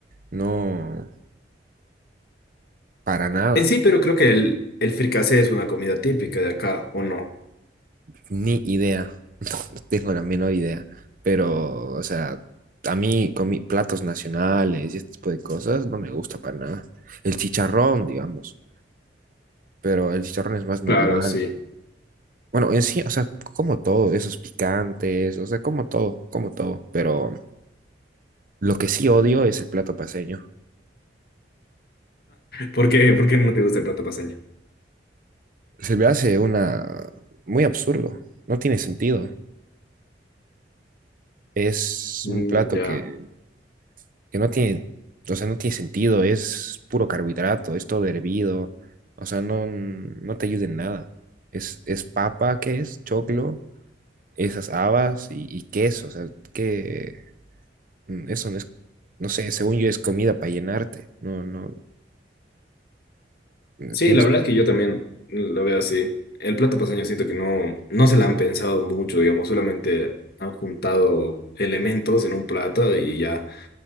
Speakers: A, on the right; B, on the left.
A: No, para nada,
B: En sí, pero creo que el, el fricasé es una comida típica de acá, ¿o no?
A: ni idea, <laughs> no, no tengo la menor idea, pero, o sea, a mí con mi- platos nacionales y este tipo de cosas no me gusta para nada. El chicharrón, digamos, pero el chicharrón es más normal.
B: Claro, sí.
A: Bueno, en sí, o sea, como todo, esos picantes, o sea, como todo, como todo, pero lo que sí odio es el plato paceño.
B: ¿Por qué, por qué no te gusta el plato paceño?
A: Se me hace una, muy absurdo, no tiene sentido. Es
B: Mm,
A: un plato
B: ya.
A: que que no tiene, o sea, no tiene sentido, es puro carbohidrato, es todo hervido, o sea, no, no te ayuda en nada. Es, es papa, ¿qué es? Choclo, esas habas y, y queso, o sea, que mm, eso no es, no sé, según yo es comida para llenarte, no, no, mm,
B: Sí,
A: pienso.
B: la verdad es que yo también lo veo así. El plato paceño siento que no, no se la han pensado mucho, digamos, solamente han juntado elementos en un plato y ya.